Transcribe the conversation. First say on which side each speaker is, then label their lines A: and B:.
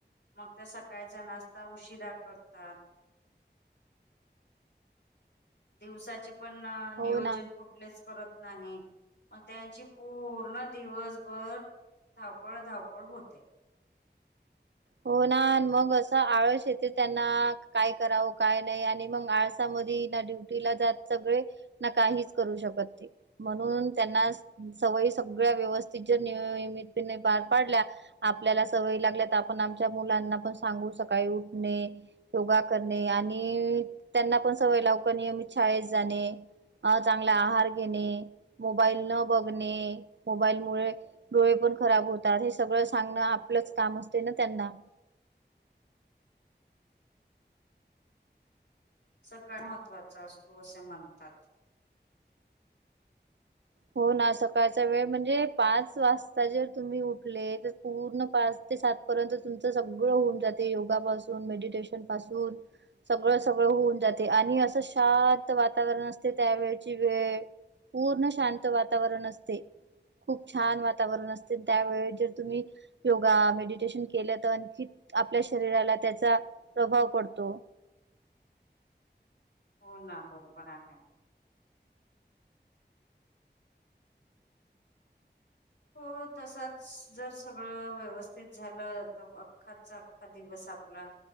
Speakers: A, on the left (about 75°); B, on the right (about 80°).
A: मग त्या सकाळचा नाश्ता उशिरा करतात. दिवसाचे पण
B: हो
A: नियोजन
B: ना.
A: कच करत नाही मग त्यांची पूर्ण दिवसभर <unintelligible> धावपळ, धावपळ, होते.
B: हो ना, मग असं आळस येते त्यांना काय करावं काय नाही आणि मग आळस ड्युटीला जात सगळे, ना काहीच करू शकत ते. म्हणून त्यांना सवयी सगळ्या व्यवस्थित जर नियमित पणे पार पाडल्या आपल्याला सवयी लागल्यात पण आमच्या मुलांना पण सांगून सकाळी उठणे योगा करणे आणि त्यांना पण सवय लावणे की, नियमित शाळेत जाणे. अ चांगला आहार घेणे, मोबाईल न बघणे, मोबाईलमुळे डोळे पण खराब होतात, हे सगळं सांगणं आपलंच काम असते ना त्यांना.
A: सकाळ महत्त्वाचा असतो असे म्हणतात
B: हो ना सकाळचा वेळ म्हणजे पाच वाजता जर तुम्ही उठले तर पूर्ण पाच ते सात पर्यंत तुमच सगळं होऊन जाते योगा पाासून मेडिटेशन पासून सगळं सगळं होऊन जाते आणि असं शांत वातावरण असते त्यावेळची वेळ पूर्ण शांत वातावरण असते खूप छान वातावरण असते त्यावेळी जर तुम्ही योगा मेडिटेशन केलं तर आणखी आपल्या शरीराला त्याचा प्रभाव पडतो
A: हो ना बरोबर आहे हो तसाच जर सगळं व्यवस्थित झालं तर अख्खाचा अख्खा दिवस आपला